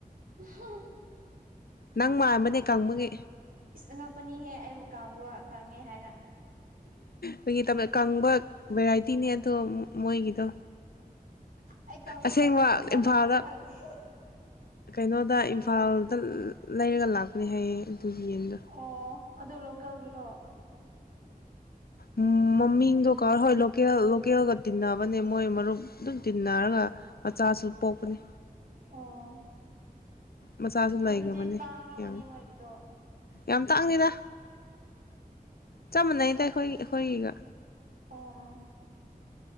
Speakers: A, on the right; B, on the left.
A: ꯎꯝ ꯍꯨꯝ
B: ꯅꯪ ꯃꯥꯟꯕꯅꯦ ꯀꯪꯕꯒꯤ
A: ꯏꯁ ꯑꯉꯛꯄꯅꯤꯍꯦ ꯑꯩꯕꯨ ꯀꯥꯡꯕ꯭ꯔꯣ ꯀꯥꯡꯉꯦ ꯍꯥꯏꯅ
B: ꯐꯥꯒꯤ ꯇꯧꯕ ꯀꯪꯕ ꯚꯦꯔꯥꯏꯇꯤꯅꯦ ꯑꯗꯣ ꯃꯣꯏꯒꯤꯗꯣ
A: ꯑꯩ ꯀꯪꯕ꯭ꯔꯥ
B: ꯑꯁꯦꯡꯕ
A: ꯀꯪꯗꯕ꯭ꯔꯥ ꯅꯪꯪ
B: ꯏꯝꯐꯥꯜꯗ
A: ꯈꯪꯅꯤ
B: ꯀꯩꯅꯣꯗ ꯏꯝꯐꯥꯜꯗ ꯂꯩꯔꯒ ꯂꯥꯛꯄꯅꯦ ꯍꯥꯏꯌꯦ ꯑꯗꯨꯒꯤ ꯌꯦꯟꯗꯣ
A: ꯑꯣ ꯑꯗꯣ ꯂꯣꯀꯦꯜꯒꯤꯔꯣ
B: ꯎꯝ ꯃꯃꯤꯡꯗꯣ ꯀꯥꯎꯔꯦ ꯍꯣꯏ ꯂꯣꯀꯦꯜ ꯂꯣꯀꯦꯜꯒ ꯇꯤꯟꯅꯕꯅꯦ ꯃꯣꯏ ꯃꯔꯨꯞ ꯑꯗꯨꯝ ꯇꯤꯟꯅꯔꯒ ꯃꯆꯥꯁꯨ ꯄꯣꯛꯄꯅꯤ
A: ꯑꯣ
B: ꯃꯆꯥꯁꯨ ꯂꯩꯈ꯭ꯔꯕꯅꯦ
A: ꯑꯗꯨꯗꯤ ꯇꯥꯡꯉꯝꯃꯅꯤ
B: ꯌꯥꯝ
A: ꯃꯣꯏꯒꯤꯗꯣ
B: ꯌꯥꯝ ꯇꯥꯡꯗꯦꯗ ꯆꯞ ꯃꯥꯟꯅꯩꯗ
A: ꯑꯃ
B: ꯑꯩꯈꯣꯏꯒꯤ ꯑꯩꯈꯣꯏꯒꯤꯒ
A: ꯑꯣ ꯑꯣ